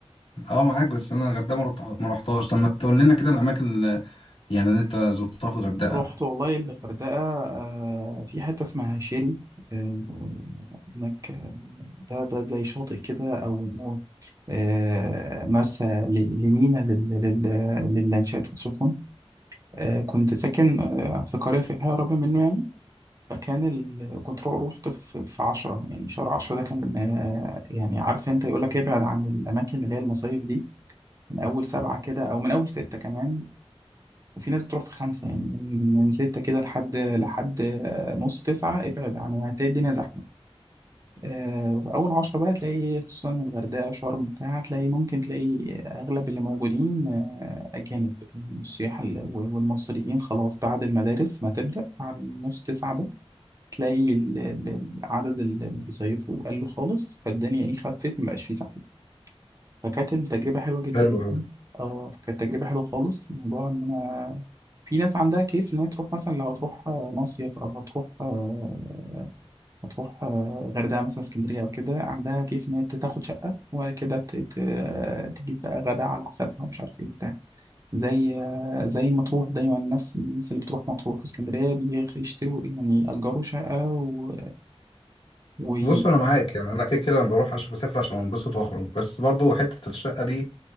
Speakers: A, on the left; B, on the right.
A: أه معاك بس أنا الغردقة ما رحت- ما رحتهاش طب ما تقول لنا كده الأماكن اللي يعني اللي أنت زرتها في الغردقة
B: رحت والله الغردقة آه، في حتة اسمها شيري آه، هناك آه، ده ده زي شاطئ كده أو آه، مرسى ل- لمينا لل- لل- للانشاءات والسفن آه، كنت ساكن آه، في قرية سياحية قريبة منه يعني فكان ال... كنت رو- رحت في في 10 يعني شهر 10 ده كان آه، يعني عارف انت يقول لك ابعد عن الاماكن اللي هي المصايف دي من اول سبعه كده او من اول سته كمان وفي ناس بتروح في خمسه يعني من من سته كده لحد لحد آه، نص تسعه ابعد عن هتلاقي الدنيا زحمه آه، اول عشرة بقى تلاقي خصوصا الغردقه شرم بتاع تلاقي ممكن تلاقي اغلب اللي موجودين آه، اجانب يعني السياح ال- والمصريين خلاص بعد المدارس ما تبدا بعد نص تسعه تلاقي ال- ال- العدد اللي بيصيفوا قل خالص فالدنيا ايه خفت مبقاش فيه زحمه فكانت التجربه حلوه جدا
A: حلو
B: يعني
A: أوي
B: اه فكانت تجربه حلوه خالص الموضوع ان انا في ناس عندها كيف ان هي تروح مثلا لو هتروح آه، مصيف او هتروح آه، هتروح آه، غردقه مثلا اسكندريه او كده عندها كيف ان هي تاخد شقه وبعد كده ت- ت- تجيب بقى غدا على حسابها مش عارف ايه وبتاع زي آه، زي مطروح دايما الناس الناس اللي بتروح مطروح واسكندريه بيشتروا يعني يأجروا شقه و... ويخلوا
A: بص انا معاك يعني انا كده كده انا بروح عشان بسافر عشان انبسط واخرج بس برضو حته الشقه دي